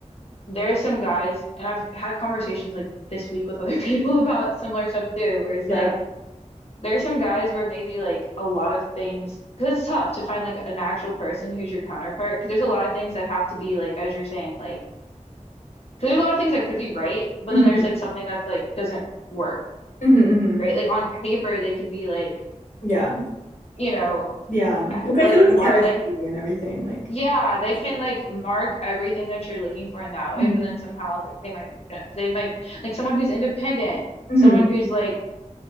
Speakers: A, on the left; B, on the left.
A: there are some guys, and I've had conversations like this week with other <laughs> people about similar stuff too, where it's
B: Yeah.
A: like There's some guys where maybe like a lot of things, because it's tough to find like an actual person who's your counterpart, because there's a lot of things that have to be like, as you're saying, like, because there's a lot of things that could be right, but
B: Mhm.
A: then there's like something that's like doesn't work,
B: Mhm. Mhm.
A: right? Like on paper, they could be like,
B: Yeah.
A: you know,
B: Yeah.
A: eh,
B: Like
A: like
B: I feel like
A: mark,
B: the chemistry
A: like,
B: and everything, like
A: yeah, they
B: it's
A: can
B: just-
A: like mark everything that you're looking for in that way,
B: Mhm.
A: but then somehow like they might, eh, they might, like someone who's independent,
B: Mhm.
A: someone who's like,